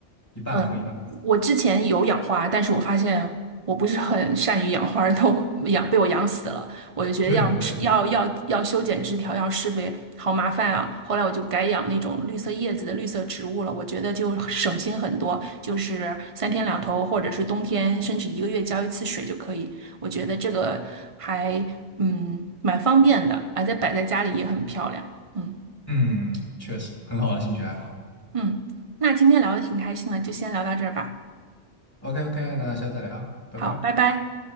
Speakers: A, on the left (about 20°); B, on the right (about 30°).
A: 一半活一半死
B: 嗯，我之前有养花，但是我发现我不是很善于养花儿，都 <laughs> 养被我养死了。我就觉得要要要要修剪枝条，
A: <laughs> 对对对，
B: 要施肥，好麻烦啊。后来我就改养那种绿色叶子的绿色植物了，我觉得就省心很多，就是三天两头，或者是冬天，甚至一个月浇一次水就可以。我觉得这个还嗯蛮方便的，而且摆在家里也很漂亮。嗯
A: 嗯，确实很好的兴趣爱好。
B: 嗯，那今天聊的挺开心的，就先聊到这儿吧。
A: OK OK，那下次再聊，拜拜。
B: 好，拜拜。